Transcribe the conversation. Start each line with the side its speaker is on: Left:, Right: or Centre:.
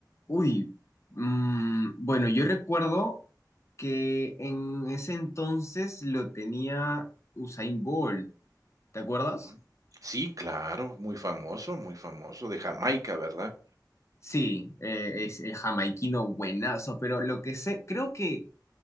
Left: Uy, mm, bueno, yo recuerdo que en ese entonces lo tenía Usain Bolt, ¿te acuerdas?
Right: Ujú. Sí, claro, muy famoso, muy famoso, de Jamaica, ¿verdad?
Left: Sí, eh, es el jamaiquino buenazo, pero lo que sé, creo que